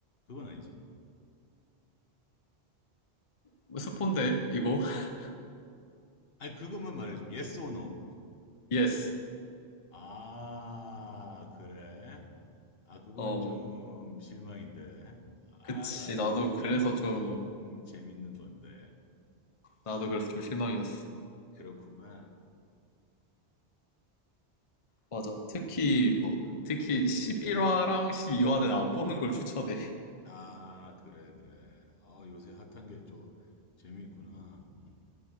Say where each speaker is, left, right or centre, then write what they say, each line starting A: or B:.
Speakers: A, on the left; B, on the left.
A: 그건 아니지.
B: 뭐 스폰데, 이거? <laughs>
A: 아니 그것만 말해줘. Yes or no.
B: 예스.
A: 아, 그래? 아, 그건
B: 어.
A: 좀 음, 실망인데.
B: 그치,
A: 아, 라이벌이
B: 나도
A: 있어야
B: 그래서
A: 좀
B: 좀,
A: 재밌는 건데.
B: 나도 그래서 좀 실망이었어.
A: 그렇구만.
B: 맞아. 특히, 뭐,
A: 응.
B: 특히 11화랑 12화는 안 보는 걸 추천해.
A: 아, 그래, 그래. 아, 요새 핫한 게 좀 재미있구나. 음,